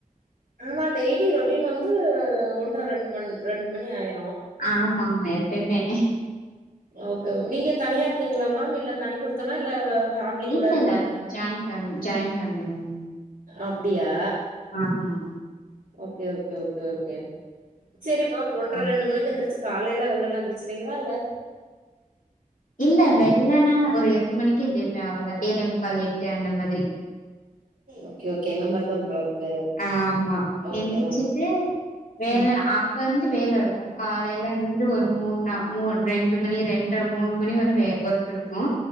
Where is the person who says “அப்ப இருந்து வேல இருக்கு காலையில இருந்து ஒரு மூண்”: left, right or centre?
Left